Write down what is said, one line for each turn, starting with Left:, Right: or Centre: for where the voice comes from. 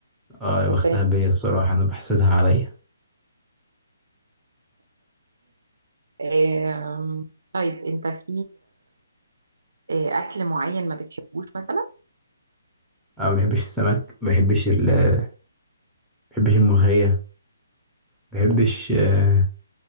Centre: اه يا بختها
Right: ربنا
Centre: بيا الصراحة انا بحسدها عليا
Right: آم، طيب أنت في آه، أكل معين ما بتحبوش مثلا
Centre: انا ما بحبش السمك ما بحبش ال... ما بحبش الملوخية ما بحبش آه،